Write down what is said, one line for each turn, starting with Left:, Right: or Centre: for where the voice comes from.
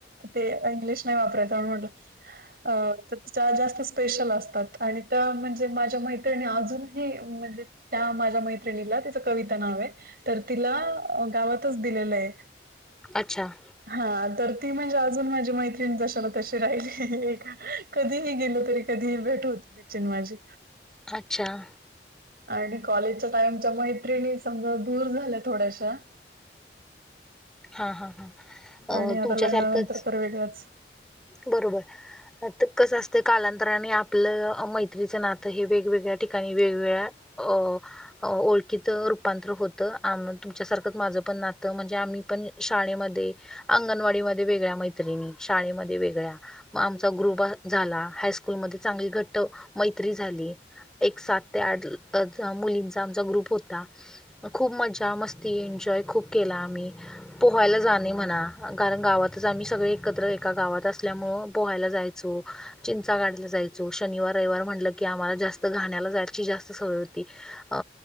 Right: ते इंग्लिश नाही वापरायचा म्हणून म्हटलं. अ. तर त्या जरा जास्त स्पेशल असतात. आणि त्या म्हणजे माझ्या मैत्रिणी अजूनही म्हणजे? त्या, माझ्या मैत्रिणीला तिचं कविता नाव आहे. तर, तिला गावातच दिलेलं आहे.
Centre: अच्छा
Right: हा तर ती म्हणजे अजून माझी मैत्रीण जशे तशे ही राहिलेय का कधीही गेले तरी कधीही भेट होत <inaudible> त्याचीन माझी.
Centre: अच्छा! !
Right: आणि कॉलेजच्या टाइमच्या मैत्रिणी, समजा दूर झाल्या थोड्याश्या.
Centre: हा हा हा.. अ
Right: आणि आता,
Centre: तुमच्यासारखंच
Right: लग्नानंतर तर वेगळंच.
Centre: बरोबर. फक्त कसं? असतं कालांतराने आपलं मैत्रीचं नातं हे वेगवेगळ्या ठिकाणी, वेगवेगळ्या, अं ओळखीत रूपांतर होतं, आम तुमच्यासारखं माझं पण, नातं म्हणजे आम्ही. पण, शाळेमध्ये, अंगणवाडीमध्ये वेगळ्या मैत्रिणी, शाळेमध्ये वेगळ्या, आमचा ग्रुप झाला. हायस्कूलमध्ये चांगली घट्ट मैत्री झाली. एक सात ते आठ मुलींचा, आमचा ग्रुप होता. खूप मजा मस्ती, एन्जॉय खूप केला आम्ही. पोहायला जाणे म्हणा. कारण गावातच आम्ही सगळे एकत्र, एका गावात असल्यामुळं पोहायला जायचो. चिंचा काढायला जायचो. शनिवार, रविवार म्हटलं की आम्हाला जास्त घाण्याला जायची जास्त सवय होती. अ.